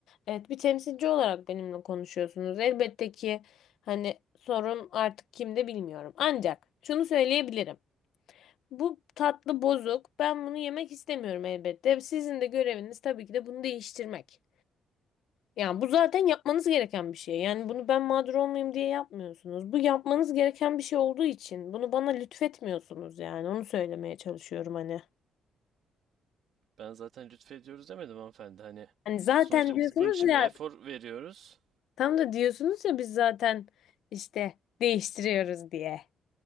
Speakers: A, on the left; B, on the right.
A: evet bir temsilci olarak benimle konuşuyorsunuz. Elbette ki hani sorun artık kimde bilmiyorum. Ancak şunu söyleyebilirim. Bu tatlı bozuk. Ben bunu yemek istemiyorum elbette. Sizin de göreviniz tabii ki de bunu değiştirmek. Yani bu zaten yapmanız gereken bir şey. Yani bunu ben mağdur olmayayım diye yapmıyorsunuz. Bu yapmanız gereken bir şey olduğu için bunu bana lütfetmiyorsunuz yani. Onu söylemeye çalışıyorum hani.
B: Ben zaten lütfediyoruz demedim hanımefendi. Hani
A: Hani zaten
B: sonuçta
A: diyorsunuz
B: biz bunun için
A: ya
B: bir efor veriyoruz.
A: tam da diyorsunuz ya biz zaten işte değiştiriyoruz diye.